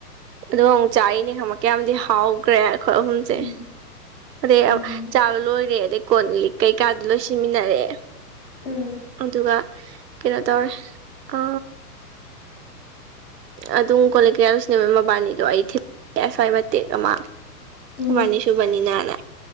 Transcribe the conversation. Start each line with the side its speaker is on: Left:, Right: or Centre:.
Right: ꯑꯗꯨ ꯆꯥꯔꯤꯅꯦ ꯈꯪꯃꯛꯀꯦ ꯌꯥꯝꯗꯤ ꯍꯥꯎꯈ꯭ꯔꯦ ꯑꯩꯈꯣꯏ ꯑꯍꯨꯝꯁꯦ
Left: ꯎꯝ
Right: ꯑꯗꯩ
Left: ꯎꯝ
Right: ꯆꯥꯕ ꯂꯣꯏꯔꯦ ꯑꯗꯩ ꯀꯣꯟ ꯂꯤ ꯀꯩꯀꯥꯗꯨ ꯂꯣꯏ ꯁꯤꯃꯤꯟꯅꯔꯦ
Left: ꯎꯝ
Right: ꯑꯗꯨꯒ ꯀꯩꯅꯣ ꯇꯧꯔꯦ ꯑ ꯑꯗꯨꯝ ꯀꯣꯂꯛ ꯀꯌꯥ ꯂꯨꯁꯤꯅꯦꯕ ꯃꯕꯥꯅꯤꯗꯣ ꯑꯩ ꯊꯤ ꯑꯁ꯭ꯋꯥꯏ ꯃꯇꯦꯛ ꯑꯃ
Left: ꯎꯝ
Right: ꯃꯥꯅꯤꯁꯨꯨꯕꯅꯤ ꯅꯅꯥ